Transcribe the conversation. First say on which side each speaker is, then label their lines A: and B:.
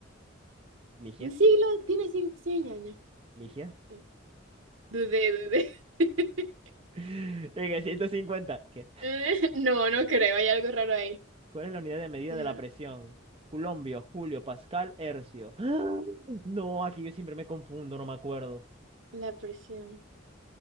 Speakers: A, on the right (about 30°); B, on the right (about 80°).
A: Ligia,
B: Un siglo tiene cien, cien años.
A: Ligia.
B: Sí. Dudé, dudé. <laughs>
A: <laughs> En el 150. ¿Qué?
B: Eh, No, no creo, hay algo raro ahí.
A: ¿Cuál es la unidad de medida
B: La,
A: de la presión? Culombio, Julio, Pascal, Hercio. <gasps> ¡Ah! No, aquí yo siempre me confundo, no me acuerdo.
B: la presión.